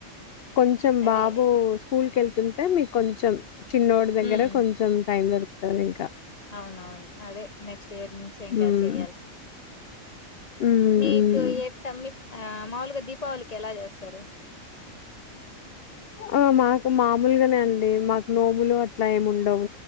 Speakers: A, on the left; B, on the left.
A: కొంచెం
B: అదే
A: బాబు స్కూల్ వెళ్తుంటే మీకు కొంచెం చిన్నోడు దగ్గర
B: హ్మ్
A: కొంచెం టైం దొరుకు తొని ఇంకా
B: అవునవును అదే నెక్స్ట్ ఇయర్ నుంచి ఇంకా
A: హ్మ్
B: చేయాల్సి
A: హ్మ్
B: మీకు
A: హ్మ్
B: ఏ తమి ఆ మాములుగా దీపావళికి ఎలా చేస్తారు
A: ఆ మాకు మామూలుగానే అండి మాకు నోములు అట్లా ఏమి ఉండవు